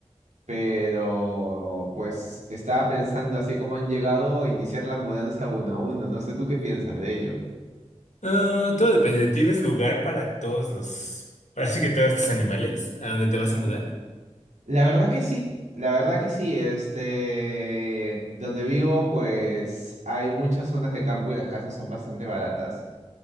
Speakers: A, on the right; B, on the left.
A: Pero pues estaba pensando así como han llegado a iniciar la mudanza uno a uno. No sé tú qué piensas de ello.
B: Ah, todo depende. ¿Tienes lugar para todos los... Ahora sí que todos tus animales? ¿A dónde te vas a mudar?
A: La verdad que sí, la verdad que sí. Este, donde vivo, pues hay muchas zonas de campo y las casas son bastante baratas.